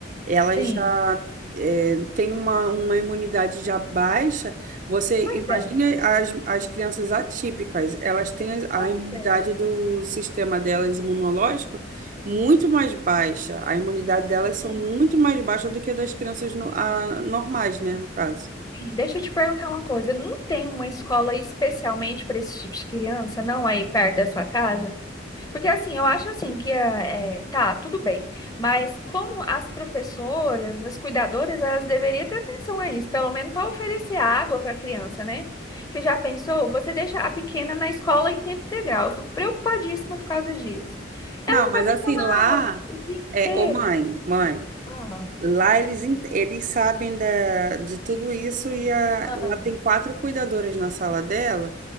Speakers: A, on the right (about 45°); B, on the left (about 20°).
A: Elas
B: sim.
A: já é, têm uma, uma imunidade já baixa. Você
B: Pois
A: imagina
B: é,
A: as, as crianças atípicas, elas têm a
B: pois
A: imunidade
B: é.
A: do sistema delas imunológico muito mais baixa. A imunidade delas são
B: Sim,
A: muito mais baixa do que a das crianças no, a- normais, né, no caso.
B: sim. Deixa eu te perguntar uma coisa. Não tem uma escola especialmente para esse tipo de criança, não, aí perto da sua casa? Porque assim, eu acho assim que é, é, tá, tudo bem, mas como as professoras, as cuidadoras, elas deveriam ter atenção a isso, pelo menos para oferecer água para a criança, né? Que já pensou, você deixa a pequena na escola em tempo integral. Eu fico preocupadíssima por causa disso.
A: Não,
B: Ela fica
A: mas
B: sem
A: assim,
B: tomar
A: lá
B: água o dia inteiro.
A: é, ô mãe, mãe,
B: Ah,
A: Lá eles, en- eles sabem da, de tudo isso e a,
B: ah,
A: ela tem quatro cuidadoras na sala dela